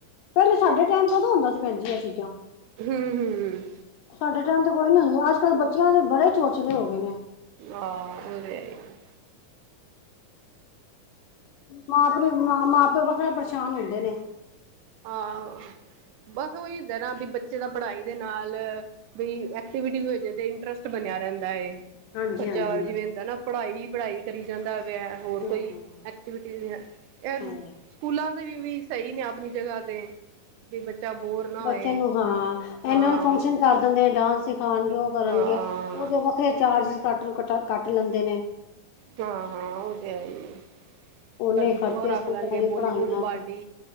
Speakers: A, on the left (about 75°); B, on the right (about 75°).
A: ਪਹਿਲੇ ਸਾਡੇ ਟਾਈਮ ਕਦੋਂ ਹੁੰਦਾ ਸੀ ਭੈਣਜੀ ਇਹ ਚੀਜ਼ਾਂ
B: ਹੂੰ-ਹੂੰ
A: ਸਾਡੇ ਟਾਈਮ ਤੇ ਕੋਈ ਨੀ ਹੁੰਦਾ ਅੱਜ ਕੱਲ੍ਹ ਬੱਚਿਆਂ ਦੇ ਬੜੇ ਚੋਚਲੇ ਹੋ ਗਏ ਨੇ।
B: ਆਹ ਉਹ ਤੇ ਹੈਈ ਏ।
A: ਮਾਂ-ਪਿਓ ਮਾਂ-ਪਿਓ ਵੱਖਰੇ ਪਰੇਸ਼ਾਨ ਹੁੰਦੇ ਨੇ।
B: ਆਹ। ਬਸ ਉਹੀ ਹੁੰਦਾ ਨਾ ਬੀ ਬੱਚੇ ਦਾ ਪੜ੍ਹਾਈ ਦੇ ਨਾਲ ਬੀ ਐਕਟੀਵਿਟੀ ਹੋਜੇ ਤੇ ਇੰਟਰਸਟ ਬਣੇ। ਰਹਿੰਦਾ ਐ
A: ਹਾਂਜੀ
B: ਬੱਚਾ
A: ਹਾਂਜੀ
B: ਦਾ ਜਿਵੇਂ ਹੁੰਦਾ ਨਾ ਪੜ੍ਹਾਈ-ਪੜ੍ਹਾਈ ਕਰੀ ਜਾਂਦਾ। ਹੋਰ
A: ਹਾਂ
B: ਕੋਈ
A: ਹਾਂ
B: ਐਕਟੀਵਿਟੀ ਇਹ
A: ਹਾਂ
B: ਸਕੂਲਾਂ ਦੇ ਵੀ ਸਹੀ ਨੇ ਆਪਣੀ ਜਗ੍ਹਾ ਤੇ ਵੀ ਬੱਚਾ ਬੋਰ ਨਾ
A: ਬੱਚਿਆਂ
B: ਹੋਏ
A: ਨੂੰ ਹਾਂ
B: ਹਾਂ
A: ਇਹਨਾਂ ਨੂੰ ਫੰਕਸ਼ਨ ਕਰ ਦਿੰਦੇ ਆ ਡਾਂਸ ਖਾਣਗੇ ਉਹ ਕਰਨਗੇ
B: ਹਾਂ
A: ਉਹਦੇ ਵੱਖਰੇ ਚਾਰਜ ਕੱਟ ਕੱਟ ਕੱਟ ਲੈਂਦੇ ਨੇ।
B: ਹਾਂ-ਹਾਂ, ਉਹ ਤੇ ਹੈ ਹੀ ਆ।
A: ਓਨੇ
B: ਕਦੇ
A: ਖਰਚੇ
B: ਉਹ ਰੱਖ
A: ਸਕੂਲਾਂ
B: ਲੈਣਗੇ
A: ਦੇ
B: ਬੋਲੀਵੁੱਡ
A: ਪੜ੍ਹਾਈਆਂ ਦੇ
B: ਪਾਰਟੀ